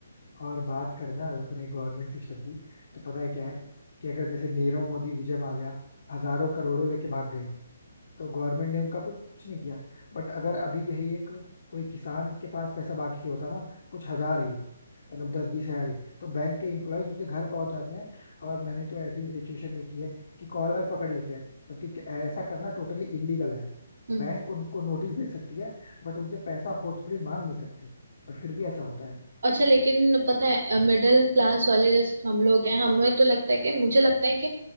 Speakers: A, on the left (about 60°); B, on the right (about 55°).
A: और बात करें ना अपने गवर्नमेंट सिस्टम की तो पता है क्या है कि अगर जैसे नीरव मोदी विजय माल्या हजारों करोड़ों लेके भाग गए तो गवर्नमेंट ने उनका कुछ कुछ नहीं किया बट अगर अभी यही एक कोई किसान के पास पैसा बाकी होता ना कुछ हजार ही मतलब दस बीस हजार ही तो बैंक के एम्प्लॉयज उसके घर पहुंच जाते हैं और मैंने तो ऐसी भी सिचुएशन देखी है कि कॉलर पकड़ लेते हैं क्योंकि ऐसा करना टोटली इलीगल है
B: हम्म।
A: बैंक उनको नोटिस भेज सकती है बट उनसे पैसा फोर्सफुली मांग नहीं सकती बट फिर भी ऐसा होता है
B: अच्छा लेकिन पता
A: वो
B: है मिडिल क्लास वाले जैसे हम लोग हैं हमें तो लगता है कि मुझे लगता है कि